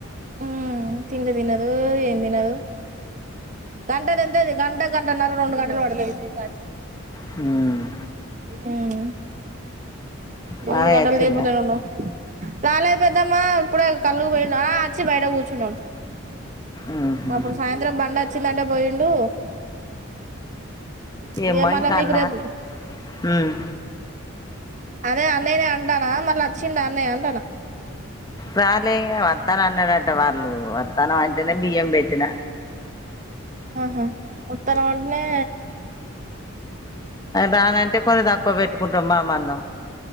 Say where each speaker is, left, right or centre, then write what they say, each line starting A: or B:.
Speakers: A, on the right; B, on the left.
A: ఉమ్మ్ తిండి తినదు ఏం తినదు గంట తింతది గంట గం ంటన్నన్నార రెండు గంటలు వడదది
B: హ్మ్మ్
A: మ్మ్ రెండు
B: మామయ్య
A: గంటల
B: వచ్చిండా
A: సేపు ఇందనే ఉన్న రాలే పెద్దమ్మ ప్పుడే కళ్ పోయినా అచ్చి బయట కూచున్నా
B: ఉహు
A: అప్పుడు సాయంత్రం బండి వచ్చిందంటే పోయిండు
B: ఏమో
A: ఇగ మళ్ళ
B: ఇంకా
A: మీకు
B: అన్నారు
A: రేపు
B: ఉమ్
A: అదే అన్నయ్యనే అంటానా మళ్ళీ వచ్చిండ అన్నయ్య అంటానా
B: రాలే వత్త ఇగ అన్నడానా ంట వాళ్ళు వత్తనం అంటేనే బియ్యం పెట్టిన
A: ఆ హా ఉత్తరం అంటనే
B: రాానంటే కొన్ని తక్కువ పెట్టుకుంటాం బా మందం